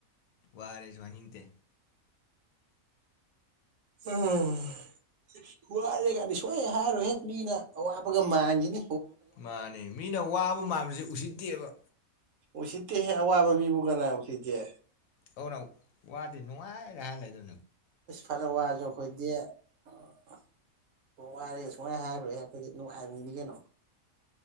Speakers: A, on the left; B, on the right.
A: ꯋꯥꯔꯁꯨ ꯍꯥꯏꯅꯤꯡꯇꯦ
B: ꯎꯝꯍ- ꯋꯥꯔꯦꯒꯗꯤ ꯁꯨꯛꯍꯥꯏ ꯍꯥꯏꯔꯣꯏꯍꯦ ꯃꯤꯅ ꯑꯋꯥꯕꯒ ꯃꯥꯟꯒꯤꯅꯤ
A: ꯃꯥꯅꯦ ꯃꯤꯅ ꯋꯥꯕ ꯃꯥꯟꯕꯁꯦ ꯎꯁꯤꯠ ꯇꯦꯕ
B: ꯎꯁꯤꯠꯇꯤꯍꯦ ꯑꯋꯥꯕ ꯃꯤꯕꯨ ꯀꯅꯥꯅ ꯎꯆꯁꯤꯠꯀꯦ
A: ꯑꯗꯨꯅ ꯋꯥꯗꯦ ꯅꯨꯡꯉꯥꯏꯗ ꯍꯥꯏꯔ ꯂꯩꯗꯣ
B: ꯏꯤꯁ ꯐꯅ ꯋꯥꯔꯁꯨ ꯈꯣꯏꯗꯤ ꯑꯣ ꯋꯥꯔꯦ ꯁꯨꯛꯍꯥꯏ ꯍꯥꯏꯔꯣꯏ ꯑꯩꯈꯣꯏꯗꯤ ꯅꯨꯡꯉꯥꯏꯃꯤꯅꯤ ꯀꯩꯅꯣ